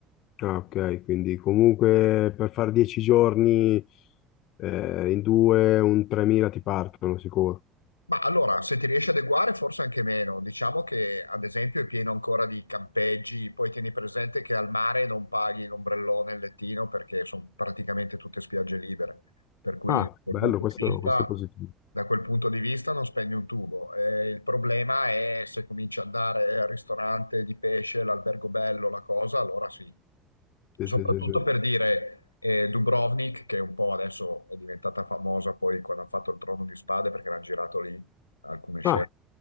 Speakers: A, on the left; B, on the left.
A: Ah, ok, quindi comunque per fare 10 giorni eh, in due, un 3.000 ti partono sicuro.
B: Ma allora, se ti riesci ad adeguare, forse anche meno. Diciamo che, ad esempio, è pieno ancora di campeggi, poi tieni presente che al mare non paghi l'ombrellone e il lettino perché sono praticamente tutte spiagge libere. Per cui,
A: Ah,
B: da quel
A: bello,
B: punto
A: questo,
B: di vista,
A: questo è positivo.
B: da quel punto di vista non spendi un tubo. Eh, il problema è se cominci ad andare al ristorante di pesce, l'albergo bello, la cosa, allora sì.
A: Sì,
B: Soprattutto
A: sì, sì, sì.
B: per dire eh, Dubrovnik, che un po' adesso è diventata famosa poi quando hanno fatto il Trono di Spade perché l'hanno girato lì alcune scene.
A: Ah,